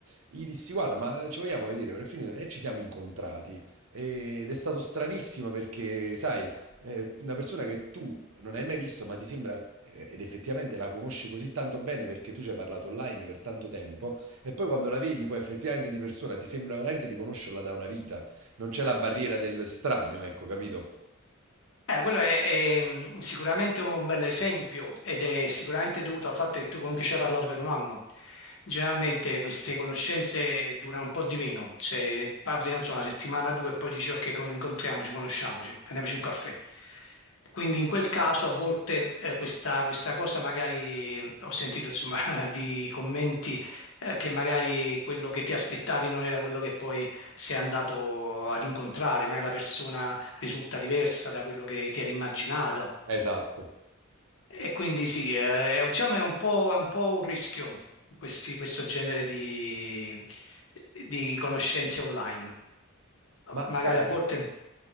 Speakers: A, on the right (about 85°); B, on the left (about 65°).
A: gli dissi, guarda, ma eh, ci vogliamo vedere, ora è finito. E ci siamo incontrati. Ed è stato stranissimo perché, sai, eh, una persona che tu non hai mai visto, ma ti sembra, eh, ed effettivamente la conosci così tanto bene perché tu ci hai parlato online per tanto tempo, e poi quando la vedi, poi effettivamente di persona, ti sembra veramente di conoscerla da una vita. Non c'è la barriera dell'estraneo, ecco, capito?
B: Eh, quello è, è, mh, sicuramente un bel esempio ed è sicuramente dovuto al fatto che tu comunque ci hai parlato per un anno. Generalmente queste conoscenze durano un po' di meno, cioè parli, non so, una settimana, due e poi dici ok, con- incontriamoci, conosciamoci, prendiamoci un caffè. Quindi in quel caso a volte eh, questa, questa cosa magari mh, ho sentito insomma <laughs> di commenti eh, che magari quello che ti aspettavi non era quello che poi sei andato ad incontrare, magari la persona risulta diversa da quello che ti eri immaginata.
A: Esatto.
B: E quindi sì, eh, è, un- diciamo è un po', è un po' un rischio questi- questo genere di, di conoscenze online.
A: Ma
B: Magari
A: sai...
B: a volte